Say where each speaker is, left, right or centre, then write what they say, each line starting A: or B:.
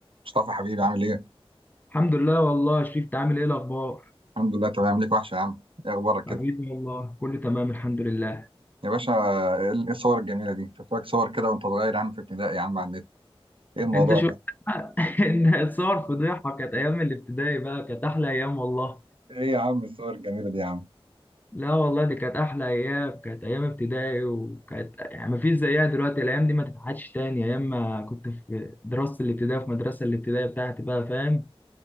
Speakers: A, on the right (about 60°); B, on the left (about 20°).
A: مصطفى حبيبي عامل ايه؟
B: الحمد لله والله شريف عامل ايه الاخبار
A: الحمد لله تمام ليك وحشة يا عم، ايه اخبارك كده؟
B: حبيبي والله كله تمام الحمد لله
A: يا باشا ايه ال- إيه الصور الجميلة دي؟ شفت لك صور كده وانت صغير يا عم في ابتدائي يا عم على النت، ايه الموضوع
B: انت شو
A: ده؟
B: <laughs> ان صور فضيحه كانت ايام الابتدائي بقى كانت احلى ايام والله
A: ايه يا عم الصور الجميلة دي يا عم؟
B: لا والله دي كانت احلى ايام كانت ايام ابتدائي وكانت يعني ما فيش زيها دلوقتي الايام دي ما تتعادش تاني ايام ما كنت في دراسه الابتدائي في مدرسه الابتدائي بتاعتي بقى فاهم